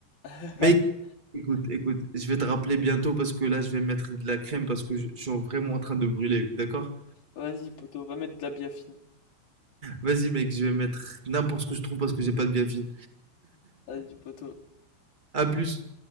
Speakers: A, on the left (about 50°); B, on the right (about 25°).
A: <laughs>
B: Mec, écoute, écoute, je vais te rappeler bientôt parce que là je vais mettre de la crème parce que je, je suis vraiment en train de brûler, d'accord?
A: Vas-y, poto, va mettre de la biafine.
B: Vas-y mec, je vais mettre n'importe ce que je trouve parce que j'ai pas de bien fine.
A: Vas-y, poto.
B: À plus.